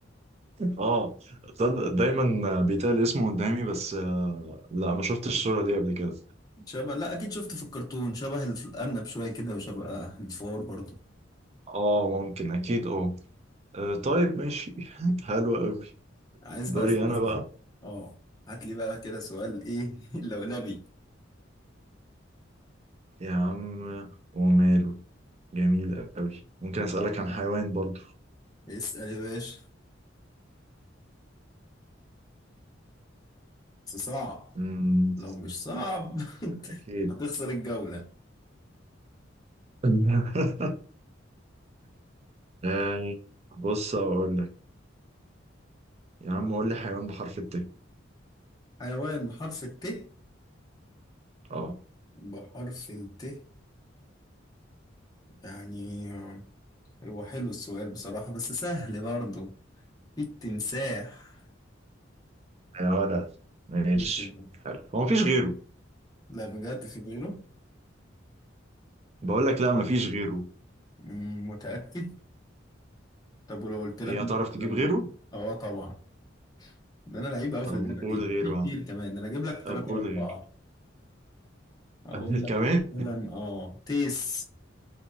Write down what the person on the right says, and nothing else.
اه تصدق دايما بيتقال اسمه قدامي بس آه، لا ما شفتش الصورة دي قبل كده
اه ممكن اكيد اه آه، طيب ماشي <laughs> حلو قوي
دوري
انا
بقى
يا عم وماله جميل قوي ممكن اسألك عن حيوان برضو
مم،
اكيد
<laughs> آه، بص اقول لك يا عم قول لي حيوان بحرف الت
اه
يا ولا ماشي
حلو هو مفيش غيره
بقول لك لا مفيش غيره
ايه
هتعرف تجيب غيره
طب
قول
غيره
يا عم
طب قول
غيره
<laughs>
كمان